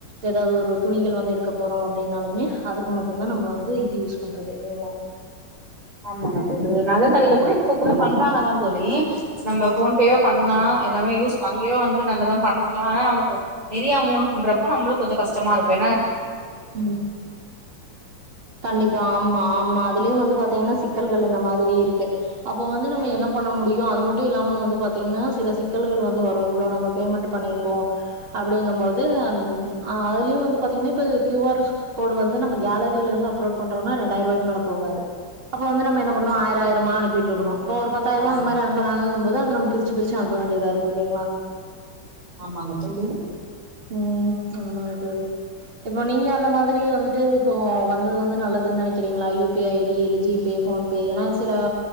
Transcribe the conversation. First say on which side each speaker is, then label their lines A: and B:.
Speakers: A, on the right; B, on the right.
A: எதாவது ஒரு துணிகள் வந்து எடுக்க போறோ அப்டின்னாலுமே அதுக்கு மட்டுந்தா நம்ப வந்து இது யூஸ் பண்றது இல்லைங்ளா
B: ஆமாங்க தோழி நக கடைல கூட இப்ப கூட பண்றாங்கதான் தோழி நம்ம போன் பே பண்ணா எல்லாமே யூஸ் அங்கயே வந்து நல்லதான் பண்ட்லா ஆனா நமக்கு ஒரு நெரியா அமௌண்ட்ன்றப்போ நம்ளுக் கொஞ்சொ கஷ்டமா இருக்கு ஏனா
A: ம் கண்டிப்பா ஆமா ஆமா அதுலியு வந்து பாத்தீங்கன்னா சிக்கல்கள் இந்த மாதிரி இருக்கு அப்போ வந்து நம்ம என்ன பண்ண முடியு அது மட்டு இல்லாம வந்து பாத்தீங்கன்னா சில சிக்கல்கள் வந்து வரு இவ்ளோ நம்ம பேமெண்ட் பண்ணிருக்கோ அப்டிங்கம்போது ம் அ அதுலயு வந்து பாத்தீங்ன்னா இப்ப க்யூ ஆர் கோடு வந்து நம்ம கேலரில இருந்து அப்லோட் பண்றோனா ரெண்டாயிருவாய்க் மேல போகாது அப்போ வந்து நம்ம என்ன
B: ஆமா
A: பண்ணு ஆயிர ஆயிரமா அனுப்பீட்ருக்கனு இப்போ ஒரு பத்தாயிருவா
B: ஆ
A: அந்த மாரி அனுப்புறாங்கங்கும்போது அது நம் பிரிச்சு பிரிச்சு அனுப்ப வேண்டியதா இருக்கு இல்லைங்ளா
B: ஆமாங்க தோழி
A: ம் ஆமாங்க தோழி இப்போ நீங்க அந்த மாதிரி வந்துட்டு இப்போ வந்தது வந்து நல்லதுன் நெனக்கிறீங்ளா U P I I D இல்ல ஜீ பே, ஃபோன் பே எல்லா சில